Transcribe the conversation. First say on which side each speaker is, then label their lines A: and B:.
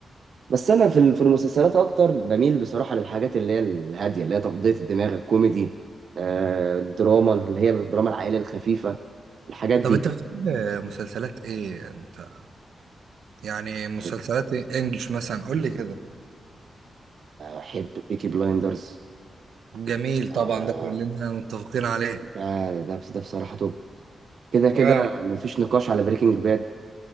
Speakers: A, on the right; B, on the right.
A: بس انا في ال- في المسلسلات اكتر بميل بصراحه للحاجات اللي هي الهاديه اللي هي تفضيه الدماغ الكوميدي آه الدراما اللي هي الدراما العائليه الخفيفه الحاجات
B: طب
A: دي
B: انت بتحب مسلسلات ايه انت يعني مسلسلات
A: احب
B: انجلش مثلا قول لي كده
A: احب بيكي بلايندرز
B: جميل طبعا
A: آه
B: ده كلنا متفقين عليه
A: ده ده ده بصراحة توب كده كده
B: اه
A: مفيش نقاش على بريكنج باد